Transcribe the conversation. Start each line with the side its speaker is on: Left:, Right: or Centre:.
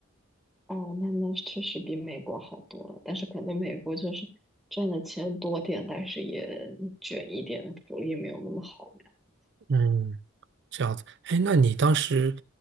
Centre: 哦，那那确实比美国好多了，但是可能美国就是赚的钱多点，但是也卷一点，福利没有那么好嘛。
Right: 嗯。这样子，哎，那你当时